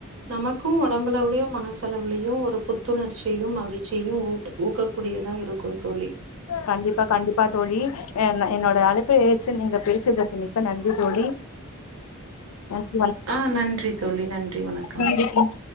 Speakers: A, on the right; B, on the left.
A: நமக்கு ஒடம்பு அளவுலயு மனசலவுலயு ஒரு புத்துணர்ச்சியு மகிழ்ச்சியு ஊட்டு ஊக்கக்கூடியதா இருக்கு தோழி
B: கண்டிப்பா கண்டிப்பா தோழி என் என்னோட அழைப்பு எற்று நீங்க பேசியதற்கு மிக்க நன்றி தோழி வணக்
A: ஆ நன்றி தோழி நன்றி வணக்கம்
B: நன்றி தோழி